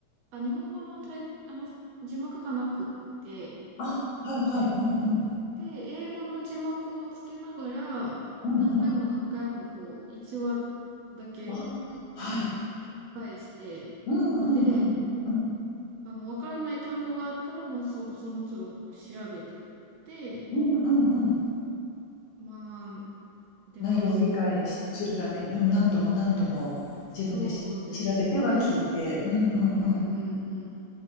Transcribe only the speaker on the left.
あ、はいはい。うんうん。
うんうん。
ああ、はい。
うんうんうん。
うんあはい
うんうんうん。
内容を理解しするために、うん、何度も何度も自分でし調べては聞いて。
うんうんうん。